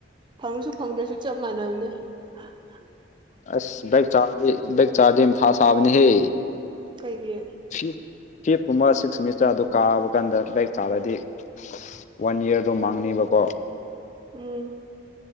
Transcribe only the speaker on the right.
ꯐꯪꯁꯨ ꯐꯪꯗ꯭ꯔꯁꯨ ꯆꯞ ꯃꯥꯟꯅꯕꯅꯦ ꯑ
ꯀꯩꯒꯤ
ꯎꯝ